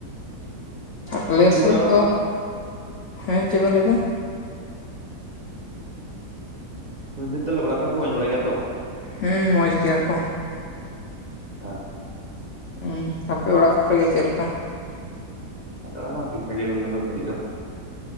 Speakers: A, on the left; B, on the right.
A: ᱟᱞᱮ
B: ᱦᱩᱸ
A: ᱥᱮᱡ
B: ᱚᱲᱟᱜ ᱠᱚᱨᱮ
A: ᱫᱚ ᱦᱮᱸ ᱪᱮᱫ ᱠᱮᱱ ᱞᱟᱹᱭ ᱫᱟ?
B: ᱞᱟᱹᱭ ᱫᱤᱧ ᱛᱟᱦᱞᱮ ᱚᱲᱟᱜ ᱠᱚᱨᱮᱱ ᱠᱚᱨᱮᱱ ᱠᱚ ᱢᱚᱸᱡᱽ ᱵᱟᱲᱟᱭ ᱜᱮᱭᱟ ᱛᱚ?
A: ᱦᱮᱸ ᱢᱚᱡᱽ ᱜᱮᱭᱟ ᱠᱚ᱾
B: ᱟᱡ
A: ᱦᱩᱸ ᱟᱯᱮ ᱚᱲᱟᱜ ᱠᱚᱨᱮ ᱜᱮ ᱪᱮᱫ ᱞᱮᱠᱟ?
B: ᱟᱞᱮ ᱚᱲᱟᱜ ᱦᱚᱸ ᱴᱷᱤᱠ ᱴᱟᱠ ᱜᱮᱭᱟ ᱠᱚ ᱱᱤᱛᱚᱜ ᱫᱷᱟᱹᱨᱤᱡ ᱫᱚ᱾